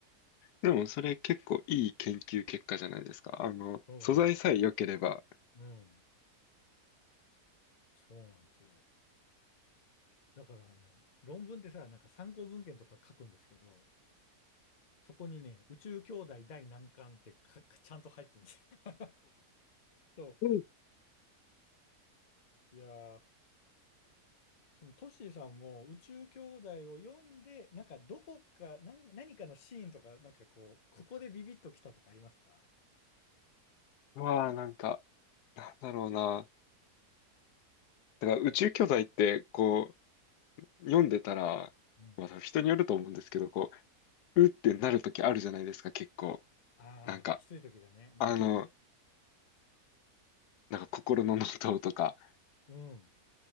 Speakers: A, on the left; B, on the left.
A: でも、それ結構いい研究結果じゃないですか。あの、
B: そうなんですよ。
A: 素材さえ良ければ。
B: うん。そうなんですよ。だから、あの、論文ってさ、なんか参考文献とか書くんですけど、そこにね、宇宙兄弟第何巻ってか、かちゃんと入ってるんですよ。<laughs> そ
A: う
B: う。いやーそのトシーさんも宇宙兄弟を読んで、なんかどこか、なんか何かのシーンとか、なんかこう、ここでビビッときたとかありますか
A: まあ、なんか、なんだろうな。だから宇宙巨大って、こう、読んでたら、
B: うん。
A: まあ、人によると思うんですけど、こう、うってなるときあるじゃないですか、結構。
B: ああー、
A: なんか、
B: きつい時がね。うん。
A: あの、なんか心のノートとか。
B: うん。